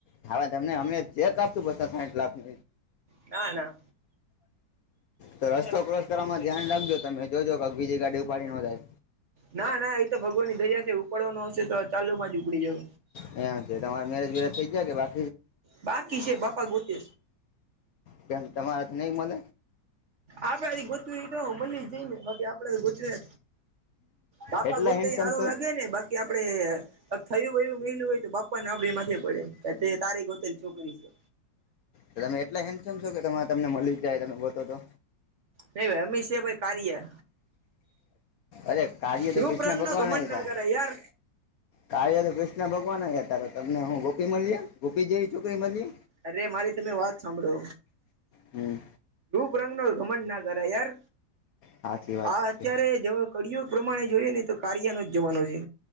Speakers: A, on the left; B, on the right.
A: હાવે તમને અમે ચેક આપશું પ સાઠ લાખ ન
B: હ ના
A: તો રસ્તો ક્રોસ કરવાવામાં ધ્યાન રાખજો તમે જોજો કક બીજી ગાડી ઉપાડી નંધાય
B: ના ના એ તો ભગવાનની દયા છે ઉપાડવાનો હશે તો ચાલુ માં જ ઉપડી જવ
A: એમ છે તમારે મેરેજ વેરેજ થઈ જાય કે બા
B: બાકી છે બાપા ગોતે
A: કેમ તમારાથી નઈ મળ
B: આપડાથી ગોતવી તો મને જઈ ને બાકી આપડથી ગોતવી પાપા
A: એટલા
B: ગોતેયારું
A: હેન્ડસમ છો
B: લગે ને બસ આપડે થયું હોય મહું હોય તો બાપ્પ ને આપડી માથે પડે તારી ગોતેલી છોકરી છે
A: તમે એટલા હેમ-સેમ છો કે તમને મળી જ જાય તમે ગોતો તો.
B: ન ભાઈ અમીસ ભાઈ કાર્યે.
A: અરે કાવ્ય તો
B: રૂપ
A: કૃષ્ણ
B: રંગ
A: ભગવાન
B: નો ઘમંડ
A: હતા.
B: ના કરે યાર
A: કાવ્ય કૃષ્ણ ભગવાન હતા તમને હું ગોપી મળીએ ગોપી જેવી છોકરી મળે.
B: અરે મારી તમે વાત સાંભળો.
A: હમ
B: પુરાતન નો ધમંડ નો કરાય યાર
A: સાચી વાત
B: આ અત્યારેજ
A: છે
B: કડીયુગ પ્રમાણે. જોઈએ નેતો કારિયા નો જમાનો છે.